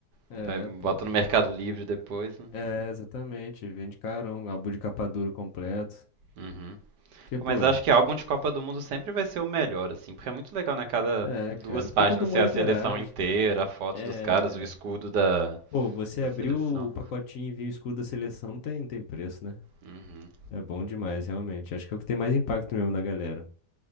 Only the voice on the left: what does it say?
É,
pô.
É, exatamente. Vende carão, álbum de capa dura completo.
Que,
pô.
É,
cara. Porque
todo mundo
interage,
cara.
É.
Pô, você
abriu
o pacotinho e viu o escudo da seleção, não tem, não tem preço, né?
É bom demais, realmente. Acho que é o que tem mais impacto mesmo na galera.